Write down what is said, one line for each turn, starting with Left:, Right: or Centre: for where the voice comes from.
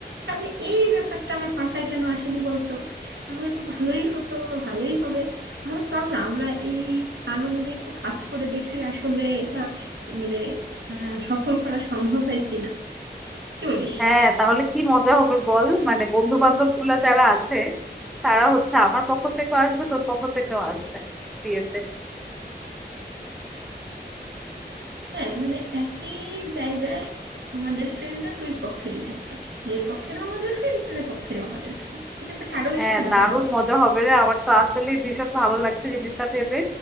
Right: তাহলে এই ব্যাপারটা আমার মাথায় কেন আসেনি বলতো তাহলে তো ভালোই হতো বা ভালোই হবে তাহলে চল না আমরা এই প্ল্যান অনুযায়ী একটু কাজ করে দেখি আসলে এটা মানে আহ সফল করা সম্ভব হয় কিনা কি বলিস
Centre: হ্যাঁ তাহলে কি মজা হবে বল মানে বন্ধু বান্ধব গুলা যারা আছে তারা হচ্ছে আমার পক্ষ থেকেও আসবে তোর পক্ষ থেকেও আসবে বিয়েতে
Right: হ্যাঁ মানে একই জায়গায় আমাদের ফ্রেন্ডরা দুই পক্ষেরই থাকবে মেয়ে পক্ষেরও আমাদের ফ্রেন্ড ছেলে পক্ষেরও আমাদের ফ্রেন্ড ব্যাপারটা আরো বেশি
Centre: হ্যাঁ
Right: মজা
Centre: দারুণ
Right: হবে
Centre: মজা হবে রে আমার তো আসলে ভীষণ ভালো লাগছে জিনিসটা ভেবে